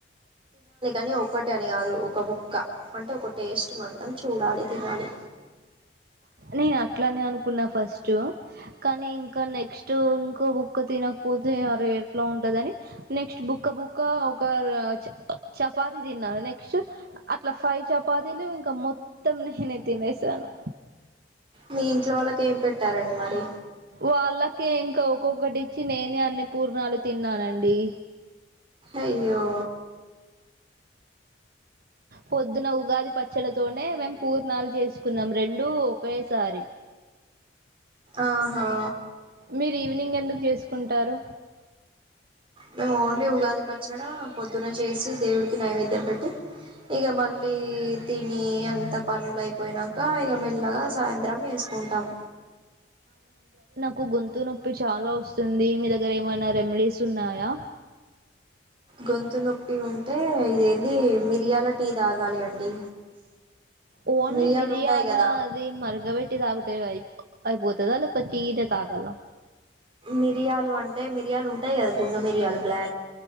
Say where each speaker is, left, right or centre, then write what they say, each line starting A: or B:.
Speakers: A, on the right (about 30°); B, on the right (about 55°).
A: ది ఒకటి అని కాదు ఒక బుక్ క్క అంటే ఒక టేస్ట్ మందం చూడాలి తినాలి
B: నేను అట్లానే అనుకున్నా ఫస్ట్ కానీ ఇంకా నెక్స్ట్ ఇంకో బుక్క తినకపోతే అరే ఎట్లా ఉంటందని నెక్స్ట్ బుక్క బుక్క ఒక చ చపాతి తిన్నాను నెక్స్ట్ అట్లా ఫైవ్ చపాతీలు ఇంకా మొత్తం నేనే తినేసాను
A: మీ ఇంట్లో వాళ్ళ ఏం పెట్టారండి మరి
B: వాళ్ళకే ఇంకా ఒక్కొక్కటిచ్చి నేనే అన్ని పూర్ణాలు తిన్నానండి
A: అయ్యో
B: పొద్దున ఉగాది పచ్చడ తోనే మేం పూర్ణాలు చేసుకున్నాం రెండూ ఒకేసారి
A: ఆహా
B: మీరు ఈవినింగ్ ఎందుకు చేసుకుంటారు
A: మేము ఓన్లీ ఉగాది పచ్చడ పొద్దున చేసి దేవుడికి నైవేద్యం పెట్ తే ఇగ మళ్ళీ తిని అంత పనులు అయిపోయినాక ఇగ మెల్లగా సాయంత్రం ఏసుకుంటాం
B: కు గొంతు నొప్పి చాలా వస్తుంది మీ దగ్గర ఏమైనా రెమెడీస్ ఉన్నాయా
A: గొంతు నొప్పి ఉంటే ఇదేంది మిరియాల టీ తాగాలి అండి
B: ఓన్లీ
A: మిరియాలు
B: మిరియాల
A: ఉంటాయి కదా
B: అది మరగబెట్ట తాగుతే ఐప్ అయిపోతదా లేక టీ తో తాగాలా
A: మిరియాలు అంటే మిరియాలు ఉంటాయి కదా గుండు మిరియాలు బ్లా